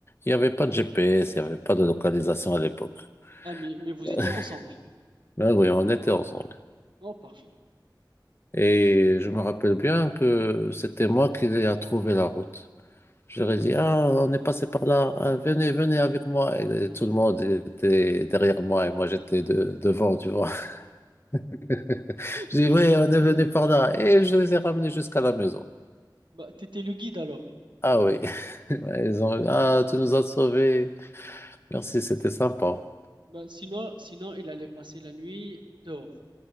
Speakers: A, on the left; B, on the right.
A: n'y avait pas de GPS, il n'y avait pas de localisation à l'époque.
B: Ah, mais, mais vous
A: <laughs>
B: étiez ensemble.
A: Mais oui, on était ensemble.
B: Oh, parfait.
A: Et je me rappelle bien que c'était moi qui ai trouvé la route. Je leur ai dit, ah, on est passé par là, Ah, venez, venez avec moi. Et tout le monde il était derrière moi et moi j'étais de- devant, tu vois. <laughs>
B: <laughs>
A: Je dis, oui, on est venu par là. Et je les ai ramenés jusqu'à la maison.
B: Bah, t'étais le guide alors.
A: Ah oui. <laughs> Ils ont, ah, tu nous as sauvés. Merci, c'était sympa.
B: Bah, sinon, sinon, il allait passer la nuit dehors.